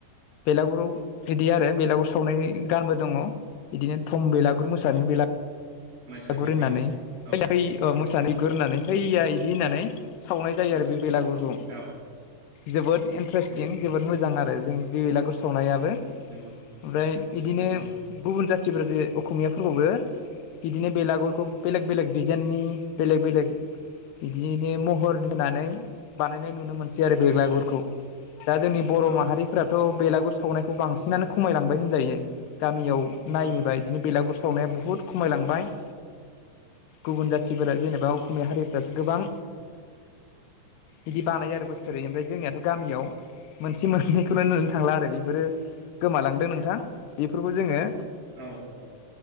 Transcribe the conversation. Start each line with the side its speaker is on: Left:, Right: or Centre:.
Left: बेलागुराव बिदि आरो बेलागुर सावनाय गानबो दङ। बिदिनो थम बेलागुर मोसानि बेला
Right: मोसानि
Left: गुर होननानै,
Right: बिगुर औ
Left: है है मोसानि गुरनानै
Right: औ
Left: हैया बिदि होननानै सावनाय जायो
Right: औ
Left: आरो बे बेलागुरखौ
Right: औ
Left: जोबोद इन्ट्रेस्टिं
Right: नंगौ
Left: जोबोद मोजां आरो जों बे बेलागुर सावनायाबो। ओमफ्राय
Right: नंगौ
Left: बिदिनो
Right: नंगौ
Left: गुबुन जाथिफोरखौ अक'मिया फोरखौबो बिदिनो बेलागुरखौ बेलेग बेलेग डिजेइननि बेलेग बेलेग बिदिनो महर होनानै बानायनाय नुनो मोनो सियार
Right: नोंथां
Left: बेलागुरखौ। दा जोंनि बर'
Right: औ
Left: माहारिफ्रा थ' बेलागुर सावनायखौ बांसिनानो खमायलांबाय होनजायो, गामियाव नायोबा
Right: औ
Left: बिदिनो बेलागुर सावनाया बुहुद खमायलांबाय। गुबुन जाथिफोरा जेनेबा असमिया हारिफ्रासो गोबां बिदि बानायो आरो बोसोरै। ओमफ्राय जोंनियाथ' गामियाव मोनसे मोननैखौल' नुनो थांला आरो बेफोरो गोमालांदों नोंथां। बेफोरखौ जोङो
Right: औ औ।